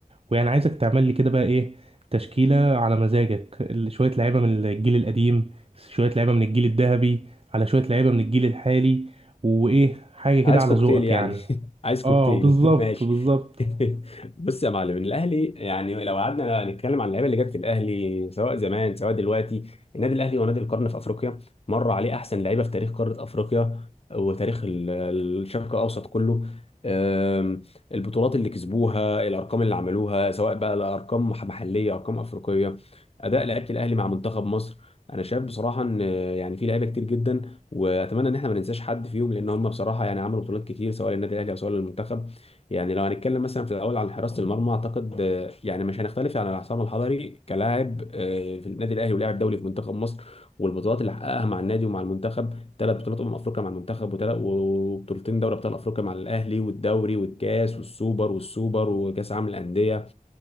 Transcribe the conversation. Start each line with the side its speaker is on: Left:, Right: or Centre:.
Right: ويعني عايزك تعمل لي كده بقى ايه تشكيلة على مزاجك ال- شوية لعيبة من الجيل القديم شوية لعيبة من الجيل الذهبي على شوية لعيبة من الجيل الحالي وايه حاجة كده
Left: عايز
Right: على
Left: كوكتيل
Right: ذوقك
Left: يعني
Right: يعني
Left: <laughs> عايز كوكتيل
Right: اه بالظبط
Left: <laughs> ماشي
Right: بالظبط
Left: <laughs> بص يا معلم الاهلي يعني لو قعدنا نتكلم عن اللعيبه اللي جت في الاهلي سواء زمان سواء دلوقتي النادي الاهلي هو نادي القرن في افريقيا مر عليه احسن لعيبه في تاريخ قاره افريقيا وتاريخ ال- الشرق الاوسط كله أم، البطولات اللي كسبوها الارقام اللي عملوها سواء بقى لارقام محليه ارقام افريقيه اداء لعيبه الاهلي مع منتخب مصر انا شايف بصراحه ان يعني في لعيبه كتير جدا واتمنى ان احنا ما ننساش حد فيهم لان هم بصراحه يعني عملوا بطولات كتير سواء للنادي الاهلي او سواء للمنتخب يعني لو هنتكلم مثلا في الاول عن حراسه المرمى اعتقد آه، يعني مش هنختلف عن عصام الحضري كلاعب آه، في النادي الاهلي ولاعب دولي في منتخب مصر والبطولات اللي حققها مع النادي ومع المنتخب ثلاث بطولات امم افريقيا مع المنتخب وتلات- وبطولتين دوري ابطال افريقيا مع الاهلي والدوري والكاس والسوبر والسوبر وكاس عالم الانديه